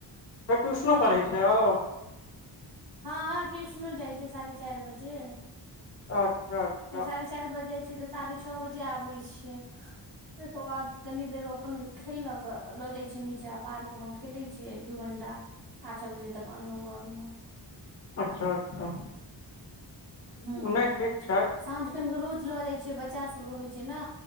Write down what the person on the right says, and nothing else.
हँ
हँ ट्यूशनों जाइ छै साढ़े चाइर बजे
फेर साढ़े चाइरि बजे जाइ छै तऽ साढ़े छ बजे आबै छय। तकर बाद कनी देर ओ अपन खेललक ल जाय छीयै नीचां पार्क म खे- खेले छियै एक दू घंटा आठ बजे तक अनलहु घर मे
हुं
साँझ खनकेऽ रोज लऽ जाइ छियै बच्चासभ रहै छै ने